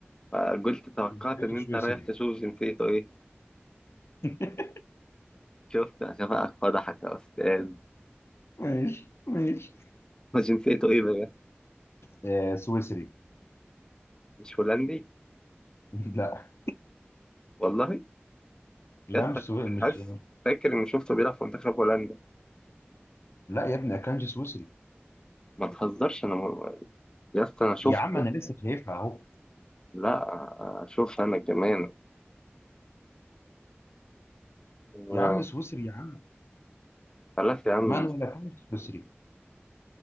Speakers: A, on the left; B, on the left.
A: فقلت توقعت
B: جنسيته
A: إن أنت
B: سويسري
A: رايح تشوف جنسيته إيه
B: <laughs>
A: شفت عشان بقى فضحك يا أستاذ
B: ماشي ماشي
A: هو جنسيته إيه بقى
B: آه، سويسري
A: مش هولندي
B: <laughs> لا
A: والله
B: لا
A: يسطا
B: مش
A: كنت
B: سوي...
A: حاسس
B: مش
A: فاكر اني شفته بيلعب في منتخب هولندا
B: لا يا ابني اكانجي سويسري
A: ما تهزرش انا م... يسطا انا شفته
B: يا عم انا لسه شايفها اهو
A: لا شفت انا كمان آه،
B: يا عم سويسري يا عم
A: خلاص يا عم
B: مانويل اكانجي سويسري